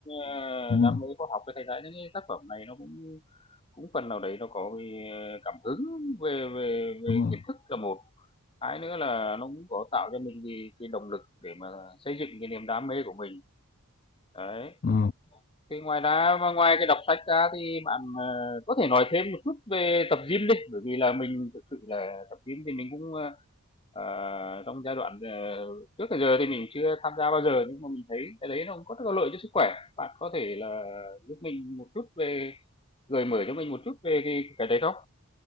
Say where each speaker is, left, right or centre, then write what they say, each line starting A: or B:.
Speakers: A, on the left (about 25°); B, on the left (about 40°).
A: ờ,
B: đúng
A: đam
B: rồi
A: mê khoa học thì thành ra những cái tác phẩm này nó cũng Cũng phần nào đấy nó có cảm hứng về về về
B: đúng rồi
A: kiến thức là một, hai nữa là nó cũng có tạo cho mình cái cái động lực để mà xây dựng cái niềm đam mê của mình. Đấy,
B: Ờ.
A: thì ngoài ra mà ngoài cái đọc sách ra thì bạn, ờ, có thể nói thêm một chút về tập gym đi, bởi vì là mình thực sự là tập gym thì mình cũng, ơ, ờ, trong giai đoạn, ờ, trước tới giờ thì mình chưa tham gia bao giờ, nhưng mà mình thấy cái đấy nó cũng có rất là lợi cho sức khỏe. Bạn có thể là giúp mình một chút về gợi mở cho mình một chút về cái cái đấy không?